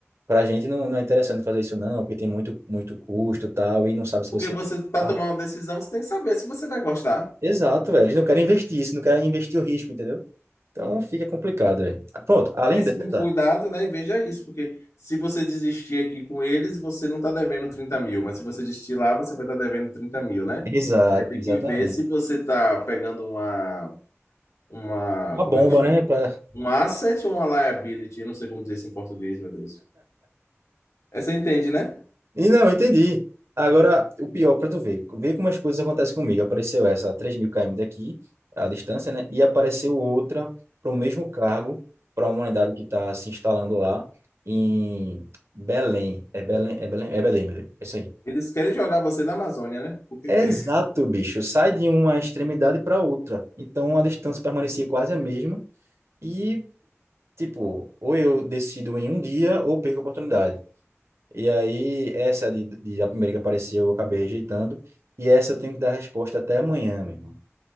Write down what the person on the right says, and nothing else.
pra gente não, não é interessante fazer isso, não, porque tem muito, muito custo e tal, e não sabe se
você.
Ah,
exato, velho. Eles não querem investir isso, não querem investir o risco, entendeu? Então fica complicado, velho. Pronto, além
dessa.
Exato,
exatamente.
Uma
bomba,
né? Pra...
E não, eu entendi. Agora, o pior para tu ver, ver como as coisas acontecem comigo. Apareceu essa a 3.000 km daqui, a distância, né? E apareceu outra para o mesmo cargo, para uma unidade que está se instalando lá em Belém. É Belém, é Belém, é Belém, meu Deus. É isso aí.
Exato,
bicho. Sai de uma extremidade para outra. Então a distância permanecia quase a mesma. E, tipo, ou eu decido em um dia ou perco a oportunidade. E aí, essa de, de- a primeira que apareceu, eu acabei rejeitando. E essa eu tenho que dar resposta até amanhã, meu irmão.